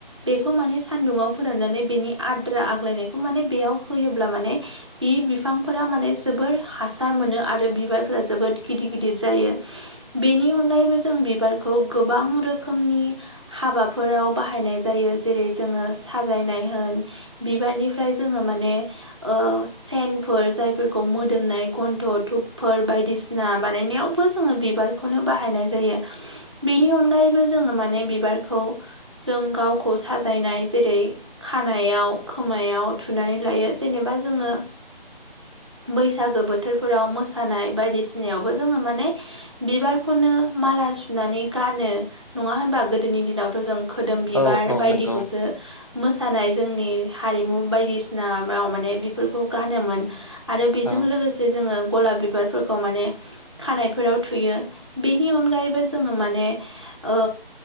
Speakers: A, on the right (about 30°); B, on the left (about 40°).
A: बेखौ माने सानदुंआव फोराननानै बिनि आद्रा आग्लायनायखौ माने बेयाव होयोब्ला माने बि बिफांफोरा माने जोबोर हासार मोनो आरो बिबारफोरा जोबोद गिदिर गिदिर जायो। बेनि अनगायैबो जों बिबारखौ गोबां रो खोमनि हाबाफोराव बाहायनाय जायो जेरै जोङो साजायनाय होन बिबारनिफ्राय जोङो माने ओ सेनफोर जायफोरखौ मोदोमनाय गन्थ' धुपफोर बायदिसि ना बानायनायावबो जोङो बिबारखौनो बाहायनाय जायो। बेनि अनगायैबो जोङो माने बिबारखौ जों गावखौ साजायनाय जेरै खानायाव खोमायाव थुनानै लायो जेनेबा जोङो बैसागो बोथोरफोराव मोसानाय बायदिसिनायावबो जोङो माने बिबारखौनो माला सुनानै गानो। नङा होनबा? गोदोनि दिनावथ' जों खोदोम बिबार
B: औ औ
A: बायदिखौसो
B: नंगौ
A: मोसानाय जोंनि हारिमु बायदिसिना बा माने बेफोरखौ गानोमोन। आरो बेजों
B: औ
A: लोगोसे जोङो गलाब बिबारफोरखौ माने खानायफोराव थुयो बेनि अनगायैबो जोङो माने ओ